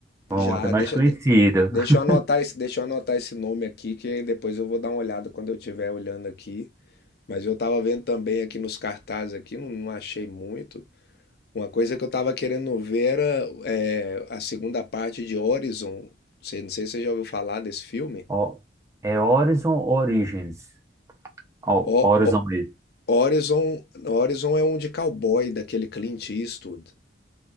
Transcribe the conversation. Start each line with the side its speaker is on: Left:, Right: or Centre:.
Right: Bom,
Left: Já,
Right: até mais
Left: deixa,
Right: conhecido.
Left: de- deixa
Right: <laughs>
Left: eu anotar esse, deixa eu anotar esse nome aqui, que aí depois eu vou dar uma olhada quando eu estiver olhando aqui. Mas eu tava vendo também aqui nos cartazes aqui, não, não achei muito. Uma coisa que eu tava querendo ver era é, a segunda parte de Horizon. Você, não sei se você já ouviu falar desse filme.
Right: Ó, é Horizon Origins. Ó,
Left: O,
Right: Horizon
Left: o-
Right: mesmo.
Left: Horizon, Horizon é um de cowboy, daquele Clint Eastwood.